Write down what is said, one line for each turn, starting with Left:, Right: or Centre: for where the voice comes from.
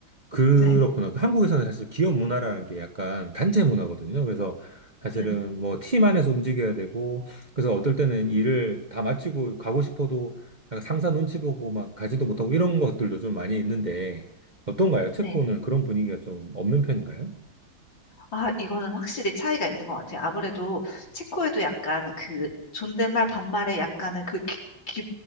Right: 그렇구나.
Left: 네,
Right: 그 한국에서는 사실 기업 문화라는 게 약간 단체 문화거든요. 그래서 사실은
Left: 네.
Right: 뭐 팀 안에서 움직여야 되고, 그래서 어떨 때는 일을 다 마치고 가고 싶어도 약간 상사 눈치 보고 막 가지도 못하고 이런 것들도 좀 많이 있는데, 어떤가요? 체코는
Left: 네.
Right: 그런 분위기가 좀 없는 편인가요?
Left: 아, 이거는 확실히 차이가 있는 것 같아요. 아무래도 체코에도 약간 그 존댓말 반말에 약간은 그 기, 기,